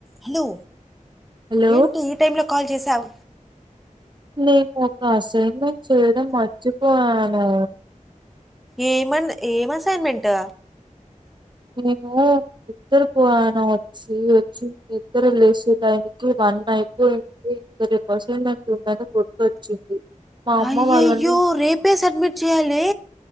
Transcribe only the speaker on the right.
hello
నేను ఒక అసైన్మెంట్ చేయడం మర్చిపోయానూ
ఇన్నెంకా బిత్తర పోయాను వచ్ చ్చీ వచ్చి నిద్దర లేసేటయానికి గంట అయిపోయి ది ఇక్కడ క్వషన్ బ్యాంక్ ఉండాలి గుర్తొచ్చింది మా అమ్మ
వాళ్ళని